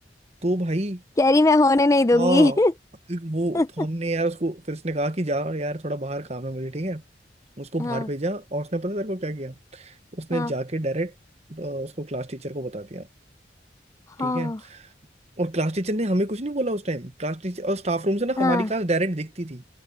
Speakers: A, on the right (about 35°); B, on the left (about 15°).
A: तो भाई
B: कह रही मैं होने नहीं दूंगी
A: हाँ एक वो
B: <laughs>
A: तो हमने यार उसको फिर उसने कहा कि जा यार थोड़ा बाहर काम है मुझे ठीक है उसको बाहर
B: हाँ
A: भेजा और उसने पता तेरे को क्या किया उसने
B: हाँ
A: जाके डायरेक्ट उसको क्लास टीचर को बता दिया
B: हाँ
A: ठीक है और क्लास टीचर ने हमें कुछ नहीं बोला उस टाइम क्लास टीचर और स्टाफ रूम से ना
B: हाँ
A: हमारी क्लास डायरेक्ट दिखती थी